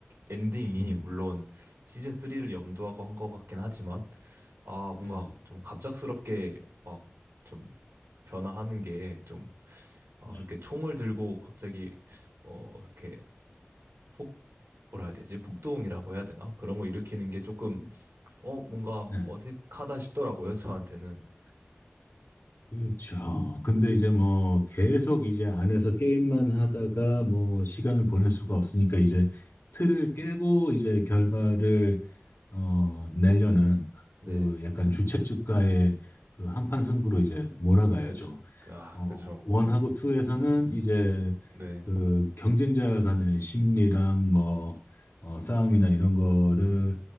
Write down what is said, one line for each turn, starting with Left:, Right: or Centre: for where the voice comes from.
Right: 엔딩이,
Left: 음,
Right: 물론 시즌 3를 염두하고 한 것 같긴 하지만, 아, 뭔가
Left: 음,
Right: 좀 갑작스럽게 막 좀 변화하는 게 좀, 아,
Left: 네,
Right: 그렇게 총을 들고 갑자기, 어, 이렇게 폭, 뭐라 해야 되지? 폭동이라고
Left: 음,
Right: 해야 되나? 그런 거 일으키는 게 조금,
Left: 음,
Right: 어, 뭔가
Left: 네.
Right: 어색하다 싶더라고요, 저한테는.
Left: 그렇죠. 근데 이제 뭐 계속 이제 안에서 게임만 하다가 뭐 시간을 보낼 수가 없으니까 이제 틀을 깨고 이제 결말을 어, 내려는
Right: 네.
Left: 그 약간 주최 측과의 그 한판 승부로 이제 몰아가야죠.
Right: 그쵸. 아,
Left: 어,
Right: 그쵸.
Left: 원하고
Right: 네.
Left: 투에서는 이제
Right: 네.
Left: 그 경쟁자 간의 심리랑 뭐 어, 싸움이나 이런 거를